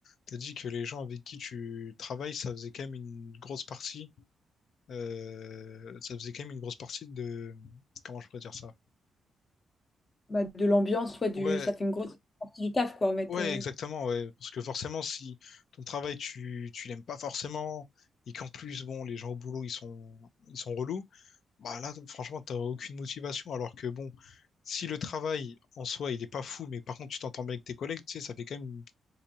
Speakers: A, on the left; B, on the left.
A: T'as dit que les gens avec qui tu travailles, ça faisait quand même une grosse partie. euh, ça faisait quand même une grosse partie de. Comment je pourrais dire ça?
B: bah, de l'ambiance, soit du,
A: Ouais,
B: ça fait une grosse partie du taf, quoi, en fait.
A: Ouais,
B: euh.
A: exactement, ouais. Parce que forcément, si ton travail, tu, tu l'aimes pas forcément, et qu'en plus, bon, les gens au boulot, ils sont, ils sont relous, bah là, franchement, t'as aucune motivation. Alors que bon, si le travail en soi, il est pas fou, mais par contre, tu t'entends bien avec tes collègues, tu sais, ça fait quand même,